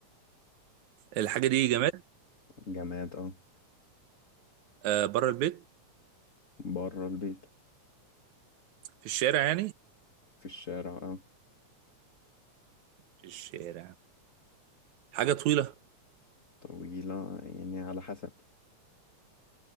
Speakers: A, on the right (about 80°); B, on the left (about 30°).
A: الحاجة دي جماد
B: جماد اه
A: آه بره البيت
B: بره البيت
A: في الشارع يعني
B: في الشارع اه
A: في الشارع حاجة طويلة
B: طويلة يعني على حسب